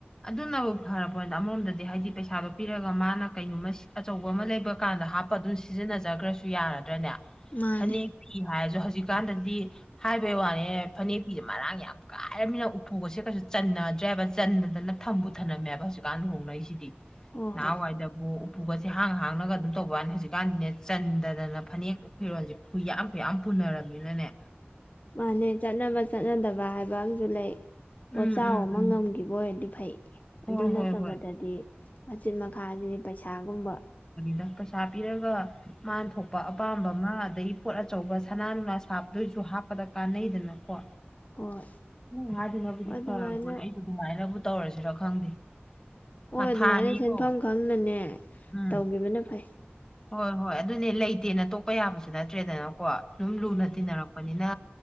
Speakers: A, on the left (about 15°); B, on the left (about 40°).
A: ꯑꯗꯨꯅꯕꯨ ꯐꯔꯕꯅꯤꯅꯗ ꯑꯃꯔꯣꯝꯗꯗꯤ ꯍꯥꯏꯗꯤ ꯄꯩꯁꯥꯗꯣ ꯄꯤꯔꯒ ꯃꯥꯅ ꯀꯩꯅꯣꯃ ꯑꯆꯧꯕ ꯑꯃ ꯂꯩꯕ ꯀꯥꯟꯗ ꯍꯥꯞꯄ ꯑꯗꯨꯝ ꯁꯤꯖꯤꯟꯅꯖꯈ꯭ꯔꯁꯨ ꯌꯥꯔꯗ꯭ꯔꯅꯦ
B: ꯃꯥꯅꯦ
A: ꯐꯅꯦꯛ ꯐꯤ ꯍꯥꯏꯔꯁꯨ ꯍꯧ ꯍꯧꯖꯤꯛꯀꯥꯟꯗꯗꯤ ꯍꯥꯏꯕꯩ ꯋꯥꯅꯦ ꯐꯅꯦꯛ ꯐꯤ ꯃꯔꯥꯡ ꯌꯥꯝ ꯀꯥꯏꯔꯕꯃꯤꯅ ꯎꯄꯨꯒꯁꯦ ꯀꯩꯁꯨ ꯆꯟꯅꯗ꯭ꯔꯦꯕ ꯆꯟꯗꯗꯥꯅ ꯊꯝꯕꯨ ꯊꯝꯅꯝꯃꯦꯕ ꯍꯧꯖꯤꯛꯀꯥꯟ ꯂꯨꯍꯣꯡꯅꯔꯤꯁꯤꯗꯤ
B: ꯍꯣꯏ
A: ꯅꯍꯟꯋꯥꯏꯗꯕꯨ
B: ꯍꯣꯏ
A: ꯎꯄꯨꯒꯁꯦ ꯍꯥꯡ ꯍꯥꯡꯅꯒ ꯑꯗꯨꯝ ꯇꯧꯕ ꯋꯥꯅꯤ ꯍꯧꯖꯤꯛꯀꯥꯟꯗꯤꯅꯦ ꯆꯟꯗꯗꯅ ꯐꯅꯦꯛ ꯐꯤꯔꯣꯟꯜꯁꯦ ꯈꯨꯏ ꯌꯥꯝ ꯈꯨꯏ ꯌꯥꯝ ꯄꯨ ꯄꯨꯅꯔꯝꯅꯤꯅꯅꯦ
B: ꯃꯥꯅꯦ ꯆꯠꯅꯕ ꯆꯠꯅꯗꯕ ꯍꯥꯏꯕ ꯑꯃꯁꯨ ꯂꯩ ꯄꯣꯠꯆꯥꯎ
A: ꯎꯝ ꯎꯝ
B: ꯑꯃ
A: ꯎꯝ
B: ꯉꯝꯈꯤꯕ ꯑꯣꯏꯔꯗꯤ ꯐꯩ
A: ꯍꯣꯏ
B: ꯑꯗꯨ ꯅꯠꯇꯕꯗꯗꯤ
A: ꯍꯣꯏ ꯍꯣꯏ
B: ꯃꯆꯤꯠ ꯃꯈꯥꯒꯤ ꯄꯩꯁꯥꯒꯨꯝꯕ
A: ꯗ ꯄꯩꯁꯥ ꯄꯤꯔꯒ ꯃꯥꯅ ꯊꯣꯛꯄ ꯑꯄꯥꯝꯕ ꯑꯃ ꯑꯗꯩ ꯄꯣꯠ ꯑꯆꯧꯕ ꯁꯅꯥ ꯅꯨꯡꯂꯥ ꯁꯥꯕꯗꯣꯏꯁꯨ ꯍꯥꯞꯄꯗ ꯀꯥꯟꯅꯩꯗꯅꯀꯣ
B: ꯍꯣꯏ
A: ꯎꯝ ꯍꯥꯏꯗꯅꯕꯨꯗꯤ
B: ꯑꯗꯨꯃꯥꯏꯅ
A: ꯐꯔꯕꯣꯅꯦ ꯑꯩꯕꯨ ꯑꯗꯨꯃꯥꯏꯅꯕꯨ ꯇꯧꯔꯁꯤꯔ ꯈꯪꯗꯦ
B: ꯍꯣꯏ
A: ꯃꯊꯥꯅꯤꯀꯣ
B: ꯑꯗꯨꯃꯥꯏꯅ ꯁꯦꯟꯐꯝ ꯈꯪꯅꯅꯦ
A: ꯎꯝ
B: ꯇꯧꯈꯤꯕꯅ ꯐꯩ
A: ꯍꯣꯏ ꯍꯣꯏ ꯑꯗꯨꯅꯦ ꯂꯩꯇꯦꯅ ꯇꯣꯛꯄ ꯌꯥꯕꯁꯨ ꯅꯠꯇ꯭ꯔꯦꯗꯅꯀꯣ ꯑꯗꯨꯝ ꯂꯨꯅ
B: ꯎꯝ
A: ꯇꯤꯟꯅꯔꯛꯄꯅꯤꯅ